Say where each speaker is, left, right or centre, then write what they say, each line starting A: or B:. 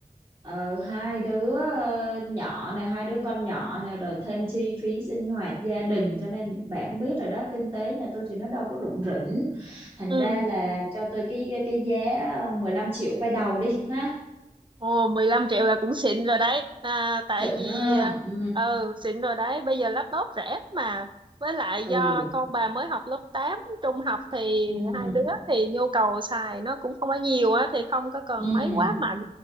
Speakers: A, on the right; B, on the right.
A: ờ hai đứa ờ, nhỏ này hai đứa con nhỏ này rồi thêm chi phí sinh hoạt gia đình cho nên bạn biết rồi đó kinh tế nhà tôi thì nó đâu có rủng rỉnh thành
B: Ừ.
A: ra là cho tôi cái cái, cái giá ờ, 15 triệu quay đầu đi ha
B: Ồ, 15 triệu là cũng xịn rồi đấy. À, tại
A: xịn
B: vì
A: nữa ha ừ
B: ờ ừ, xịn rồi đấy, bây giờ laptop rẻ mà. Với lại
A: ừ
B: do con bà mới học lớp 8 trung học thì
A: ừ
B: hai đứa thì nhu cầu xài nó cũng không có nhiều á thì không có cần
A: ừ
B: máy Ừ. quá Ừ. mạnh.